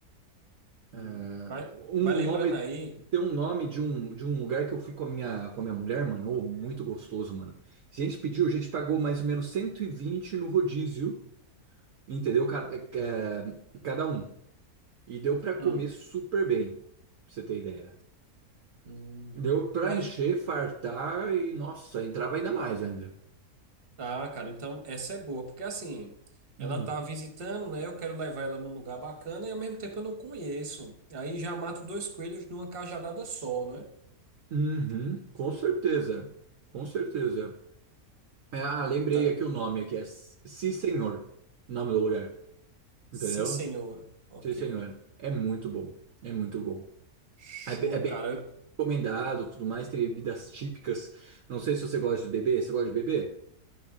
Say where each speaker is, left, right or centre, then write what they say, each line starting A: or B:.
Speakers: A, on the right; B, on the right.
A: Uhum.
B: ah,
A: Vai,
B: um
A: vai lembrando
B: nome,
A: aí.
B: tem um nome de um, de um lugar que eu fui com a minha, com a minha mulher, mano, ô, muito gostoso, mano. a gente pediu, a gente pagou mais ou menos 120 no rodízio, entendeu? Cada, eh, cada um. E deu para comer
A: Hum.
B: super bem, pra você ter ideia.
A: Hum.
B: Deu pra
A: Vai-
B: encher, fartar e, nossa, entrava ainda mais ainda.
A: Ah, cara, então essa é boa, porque assim, ela
B: Hum.
A: tá visitando, né? Eu quero levar ela num lugar bacana e ao mesmo tempo eu não conheço. Aí já mato dois coelhos numa cajadada só, né?
B: Uhum, com certeza. Com certeza. É, ah,
A: Então,
B: lembrei aqui o nome aqui, é S- Sim Senhor, o nome do lugar.
A: sim,
B: Entendeu?
A: senhor. Ok.
B: Sim Senhor. É muito bom. É muito bom.
A: Show,
B: É, be- é bem
A: cara.
B: recomendado, tudo mais, tem bebidas típicas. Não sei se você gosta de beber. Você gosta de beber?